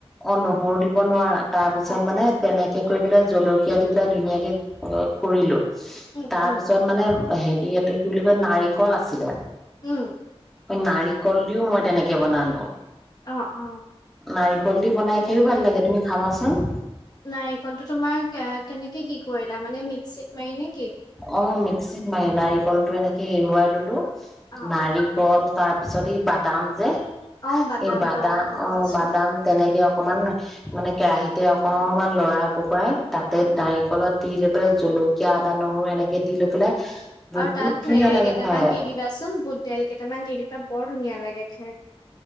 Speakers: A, in the centre; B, on the left (about 40°).
A: অ নহৰু দিব নোৱাৰা তাৰ পিছত
B: অ
A: মানে তেনেকে কৰি পেলাই জলক এয়াত এতিয়া ধুনীয়া কে কৰিলোঁ
B: উম
A: তাৰপিছত
B: উম
A: মানে হেৰি ত কি বুলি কয় নাৰিকল আছিলে
B: উম
A: নাৰিকল দিও মই তেনেকে বনালো
B: অ অ
A: নাৰিক কল দি বনাই খাইও ভাল লাগে তুমি খাবাচোন চ
B: নাৰিকলটো তোমাৰ কেনেকে কি কৰিলা মানে মিক্সিত মাৰি নে কি
A: অ' মিক্সিত মি নাৰিকলটো এনেকে এৰুৱাই ললো
B: অ
A: নাৰিকল তাৰ তাৰপিছত সি বাদাম যে
B: অ বাদামটো
A: এই বাদাম
B: গম
A: অ
B: পাইছো
A: বাদাম তেনেকে অকমান মানে কেৰাহিতে অকমান লৰাই বকৰাই তাতে
B: উম,
A: নাৰিকলত তি জলকীয়া আদা নহৰু অ' এনেকে দি লৈ পেলাই বহুত
B: আৰু তাত
A: ধুনীয়া
B: হেৰি
A: লাগে
B: কেইটামান
A: খাই
B: দি দিবাচোন বুট দাইল কেইটামান দি দিবা। বৰ ধুনীয়া লাগে খ